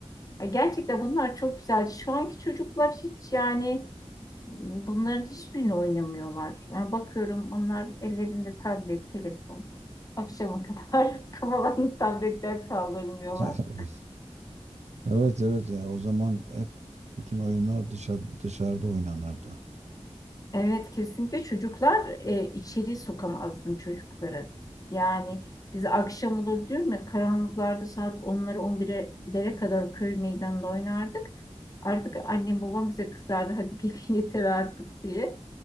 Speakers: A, on the left (about 30°); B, on the right (about 75°).
A: E, Gerçekten bunlar çok güzeldi. Şu anki çocuklar hiç yani Bunların hiçbirini oynamıyorlar. Yani bakıyorum onlar ellerinde tablet, telefon. Akşama kadar <laughs> kafalarını tabletten kaldırmıyorlar.
B: <laughs> Evet evet ya o zaman hep bütün oyunlar dışa, dışarıda oynanırdı.
A: Evet kesinlikle çocuklar e, içeri sokamazdım çocukları. Yani biz akşam olur diyorum ya karanlıklarda saat 10'lara 11'lere kadar köy meydanında oynardık. Artık annem babam bize kızardı hadi gelin yeter artık diye.